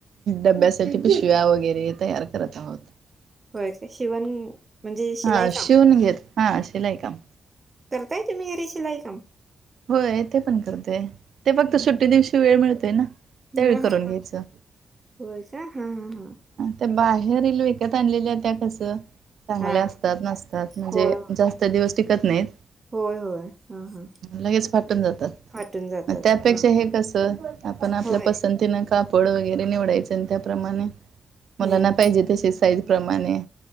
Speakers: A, on the right (about 75°); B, on the right (about 30°).
A: डब्यासाठी पिशव्या वगैरे, तयार करतात.
B: होय काय, शिवण म्हणजे शिलाई
A: हा,
B: काम
A: शिवून घेत, हा शिलाई काम.
B: करताय तुम्ही घिरी शिलाई काम?
A: होय ते पण करतय, ते फक्त सुट्टी दिवशी वेळ मिळतोय ना. त्यावेळी
B: हा
A: करून
B: हा हा,
A: घ्यायचं.
B: होय काय? हा हा हा.
A: त्या बाहेरील विकत आणलेल्या त्या कस चांगल्या
B: हा हा
A: असतात नसतात, म्हणजे
B: होय
A: जास्त दिवस टिकत नाहीत.
B: होय, होय, हा हा.
A: लगेच फाटून जातात,
B: फाटून जातात
A: मग त्यापेक्षा
B: हा
A: हे कसं, आपण आपल्या
B: होय
A: पसंतीनं का पड वगैरे निवडायच, आणि त्याप्रमाणे मुलांना
B: हम्म
A: पाहिजे तशी साईज प्रमाणे